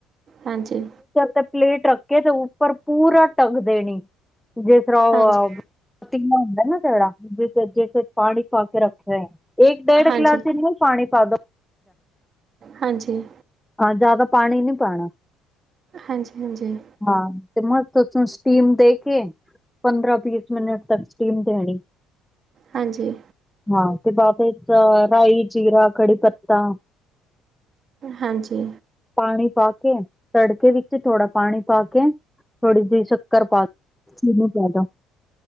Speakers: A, on the right; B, in the centre.
A: ਹਾਂਜੀ
B: ਤੇ ਪਲੇਟ ਰੱਖ ਕੇ ਤੇ ਉੱਪਰ ਪੂਰਾ ਢਕ ਦੇਣੀ ਜਿਸ ਤਰ੍ਹਾਂ ਉਹ
A: ਹਾਂਜੀ
B: ਪਤੀਲਾ ਹੁੰਦਾ ਨਾ ਜਿਹੜਾ ਜੇੇ ਦੇ ਚ ਪਾਣੀ ਪਾ ਕੇ ਰੱਖਿਏ ਏਕ ਡੇਢ
A: ਹਾਂਜੀ
B: ਗਿਲਾਸ
A: ਹਾਂਜੀ
B: ਜਿਨਾਂ ਪਾਣੀ ਪਾ ਦੋ
A: ਹਾਂਜੀ
B: ਹਾਂ ਜ਼ਿਆਦਾ ਪਾਣੀ ਨੀ ਪਾਣਾ
A: ਹਾਂਜੀ ਹਾਂਜੀ
B: ਹਾਂ, ਤੇ ਮਸ ਤੂੰ ਸਟੀਮ, ਦੇ ਕੇ। ਪੰਦਰਾਂ, ਬੀਸ ਮਿੰਟ ਤੱਕ, ਸਟੀਮ ਦੇਣੀ।
A: ਹਾਂਜੀ।
B: ਹਾਂ, ਤੇ ਬਾਬੇ ਰਾਈ, ਜੀਰਾ, ਕੜੀ ਪਤਾ।
A: ਹਾਂਜੀ
B: ਪਾਣੀ ਪਾ ਕੇ ਤੜਕੇ ਦੀ ਥੋੜਾ ਪਾਣੀ ਪਾ ਕੇ ਥੋੜ੍ਹੀ ਜਿਹੀ ਸ਼ੱਕਰ ਪਾ ਕੇ ੳਨੂੰ ਦੇ ਦੋ